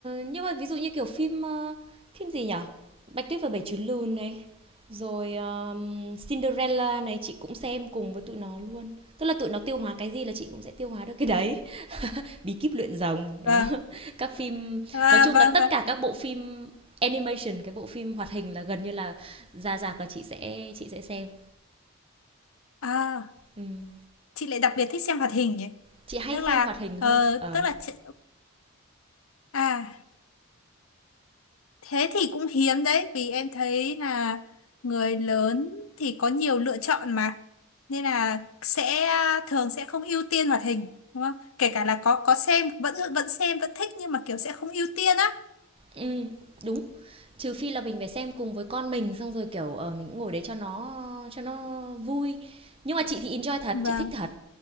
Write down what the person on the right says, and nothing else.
nhưng mà ví dụ như kiểu phim, ơ, phim gì nhở Bạch Tuyết và Bảy Chú Lùn này, rồi, ờm, Cinderella này chị cũng xem cùng với tụi nó luôn. Tức là tụi nó tiêu hóa cái gì là chị cũng sẽ tiêu hóa được cái đấy. Bí kíp luyện rồng,
đó. <laughs> Các phim
nói chung
là tất
cả các bộ phim animation, cái bộ phim hoạt hình là gần như là ra rạp là chị sẽ chị sẽ xem.
Ừm,
chị hay
xem
hoạt hình hơn,
ờ.
Ừm, đúng. Trừ phi là mình phải xem cùng với con mình, xong rồi, kiểu, ờ, mình cũng ngồi đấy cho nó cho nó vui. Nhưng mà chị thì enjoy thật,
chị thích thật,